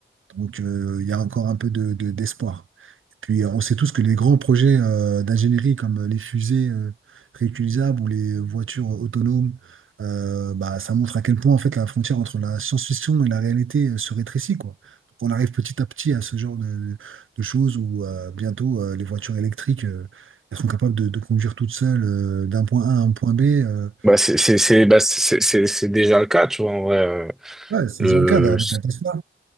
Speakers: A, on the right; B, in the centre.
A: Donc, euh, il y a encore un peu de, de- d'espoir. Et puis, euh, on sait tous que les grands projets euh, d'ingénierie, comme les fusées euh, réutilisables ou les voitures autonomes, euh, bah, ça montre à quel point, en fait, la frontière entre la science-fiction et la réalité euh, se rétrécit, quoi. Donc, on arrive petit à petit à ce genre de, de choses où euh, bientôt, euh, les voitures électriques, euh, elles sont capables de, de conduire toutes seules euh, d'un point A à un point B. euh.
B: Bah, c'est, c'est, c'est, bah, c'est, c'est c'est déjà le cas, tu vois, en vrai. euh,
A: Ouais, c'est
B: le,
A: déjà un cas avec la Tesla.